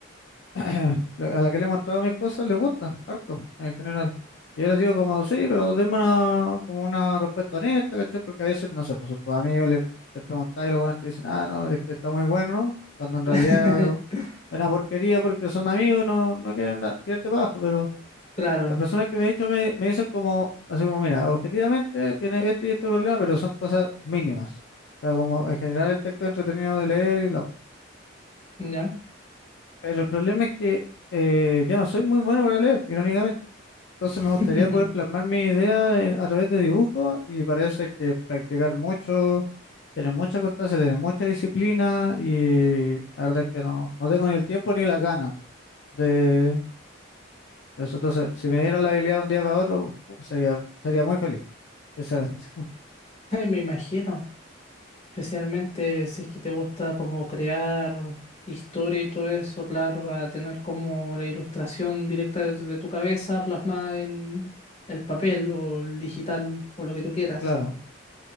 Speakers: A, on the left; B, on the left.
A: <clears throat> la- a la que le he mostrado mis cosas, les gusta, harto, en general. Y yo les digo como, sí, pero denme una, como una respuesta honesta, ¿cachai? Porque a veces, no sé, pues son tus amigos, les, les preguntáis y los buenos te dicen, ah, no, es que está muy bueno, cuando en
B: <laughs>
A: realidad eh, es una porquería porque son amigos, no, no quieren da- tirarte bajo, pero
B: Claro,
A: la persona que me ha dicho me, me dicen como, así como, mira, objetivamente tiene este y este problema, pero son cosas mínimas. O sea, como en general el texto es entretenido de leer y la cuestión.
B: ¿ya?
A: Pero el problema es que eh, yo no soy muy bueno para leer, irónicamente. Entonces
B: <laughs>
A: me gustaría poder plasmar mi idea en- a través de dibujos y parece que practicar mucho, tener mucha constancia, tener mucha disciplina y la verdad es que no, no tengo ni el tiempo ni las ganas de de eso. Entonces, si me dieran la habilidad de un día para otro, uf, sería, sería muy feliz, sinceramente.
B: Ay, Me imagino, especialmente si es que te gusta como crear historia y todo eso, claro, va a tener como la ilustración directa de de tu cabeza plasmada en el papel o el digital o lo que tú quieras,
A: Claro,